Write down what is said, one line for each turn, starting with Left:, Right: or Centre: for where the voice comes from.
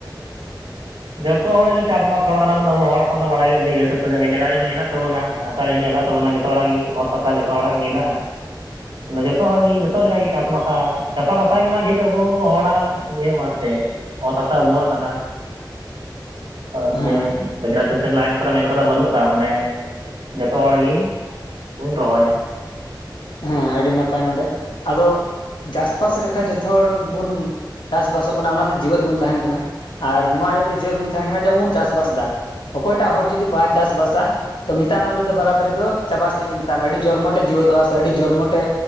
Right: ᱡᱚᱛᱚ ᱦᱚᱲ ᱜᱮ ᱪᱟᱥᱵᱟᱥ ᱦᱚᱲ ᱠᱟᱱᱟ ᱵᱚᱱ ᱟᱵᱚ ᱦᱚᱲ ᱦᱚᱯᱚᱱ ᱫᱚ ᱵᱟᱲᱟᱭ ᱜᱮ ᱞᱤᱧᱟᱹᱴᱩᱵ <unintelligible> ᱠᱚ ᱧᱚᱜ ᱜᱮ ᱡᱟᱜᱟ ᱡᱚᱢᱤ ᱢᱮᱱᱟᱜ ᱛᱟᱵᱚᱱᱟ᱾ ᱦᱟᱥᱟ ᱰᱤᱱᱰᱟᱹ ᱦᱮᱱᱟᱜ ᱛᱟᱵᱚᱱᱟ ᱡᱚᱛᱚ ᱦᱚᱲᱟᱜ ᱜᱮ ᱚᱛ ᱦᱟᱥᱟ ᱡᱚᱛᱚ ᱦᱚᱲᱟᱜ ᱜᱮ ᱦᱮᱱᱟᱜᱼᱟ᱾ ᱟᱫᱚ ᱡᱚᱛᱚ ᱦᱚᱲᱜᱮ ᱡᱚᱛᱚ ᱞᱮᱠᱟᱜᱮ ᱪᱟᱥᱵᱟᱥᱟ ᱪᱟᱥᱟᱵᱟᱥᱟ ᱜᱮᱢᱟ ᱰᱷᱮᱨ ᱟᱵᱚ ᱦᱚᱲᱟᱜ ᱤᱭᱟᱹ ᱢᱟ ᱮᱱᱛᱮᱫ ᱚᱛ ᱦᱟᱥᱟ ᱟᱵᱚᱣᱟᱜ ᱠᱟᱱᱟ᱾ ᱛ ᱱᱤᱭᱟᱹ
Left: ᱦᱮᱸ
Right: ᱵᱟᱡᱨᱟᱥ ᱥᱮᱥᱮᱱ ᱞᱟᱭᱤᱱ ᱠᱚᱨᱮᱢ ᱢᱮᱱ ᱠᱟᱫᱚ ᱵᱟᱹᱱᱩᱜ ᱠᱟᱜᱼᱟ ᱢᱟᱱᱮ ᱡᱚᱛᱚ ᱦᱚᱲ ᱜᱮ ᱠᱚ ᱨᱚᱦᱚᱭᱟ᱾
Left: ᱦᱮᱸ ᱟᱹᱰᱤ ᱱᱟᱯᱟᱭ ᱱᱚᱰᱮ ᱟᱫᱚ ᱡᱟᱥᱯᱟᱥ ᱨᱮᱠᱟᱡ ᱡᱚᱛᱚ ᱦᱚᱲ ᱵᱚᱱ ᱪᱟᱥᱵᱟᱥᱚᱜ ᱠᱟᱱᱟ ᱚᱱᱟᱛᱮ ᱡᱮᱣᱭᱮᱫ ᱵᱚᱱ ᱛᱟᱦᱮᱱ ᱠᱟᱱᱟ ᱟᱨ ᱱᱚᱣᱟ ᱤᱭᱟᱹᱛᱮ ᱡᱮᱣᱮᱫ ᱵᱚᱱ ᱛᱟᱦᱮᱱ ᱠᱟᱱᱟ ᱡᱮ ᱟᱵᱚ ᱵᱚᱱ ᱪᱟᱥᱵᱟᱥ ᱮᱫᱟ᱾ ᱚᱠᱚᱭᱴᱟᱜ ᱦᱚᱲ ᱡᱩᱫᱤ ᱵᱟᱭ ᱪᱟᱥ ᱵᱟᱥᱟ ᱛᱚ ᱢᱮᱛᱟ ᱢᱮ ᱩᱱᱤ ᱫᱚ ᱵᱟᱨᱟᱵᱟᱹᱨᱤ ᱫᱚ ᱪᱟᱵᱟᱥᱮᱫ ᱜᱮ ᱢᱮᱛᱟᱭ ᱢᱮ ᱟᱹᱰᱤ ᱡᱚᱨᱢᱚᱴᱮ ᱡᱤᱣᱭᱮᱫᱚᱜᱼᱟ ᱟᱹᱰᱤ ᱡᱚᱨᱢᱚᱴᱮ